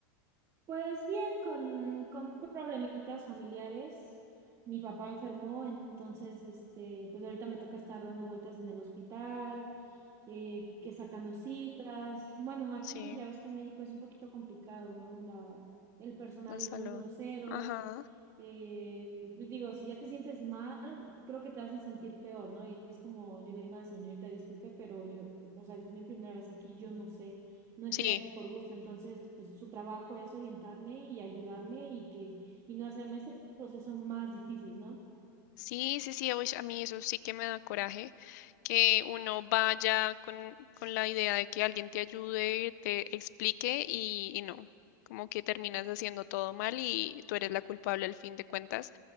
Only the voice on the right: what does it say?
Pues bien, con, con problemitas familiares. Mi papá enfermó, entonces, este, pues ahorita me toca estar dando vueltas en el hospital, eh, que sacando citas. Bueno, aquí
ya ves que en México es un poquito complicado, ¿no? La, el personal
es muy grosero.
eh, pues digo, si ya te sientes mal, creo que te hacen sentir peor, ¿no? Y es como yo le digo a la señorita, disculpe, pero yo, o sea, es mi primera vez aquí, yo no sé no estoy
aquí por gusto. Entonces, pues su trabajo es orientarme y ayudarme y que y no hacerme este proceso más difícil, ¿no?